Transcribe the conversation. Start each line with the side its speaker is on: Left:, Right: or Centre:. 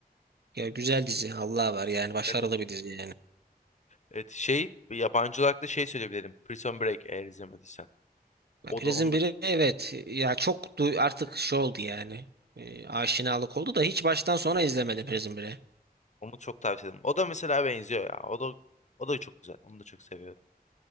Right: ya güzel dizi Allah var yani başarılı
Left: Evet.
Right: bir dizi yani.
Left: Evet şey yabancı olarak da şey söyleyebilirim. Prison Break eğer izlemediysen.
Right: Ya
Left: O
Right: Prison
Left: da onu da
Right: biri evet ya çok du- artık şey oldu yani. E, aşinalık oldu da hiç baştan sona izlemedim Prison biri.
Left: onu çok tavsiye ederim. O da mesela benziyor ya. O da o da çok güzel. Onu da çok seviyorum.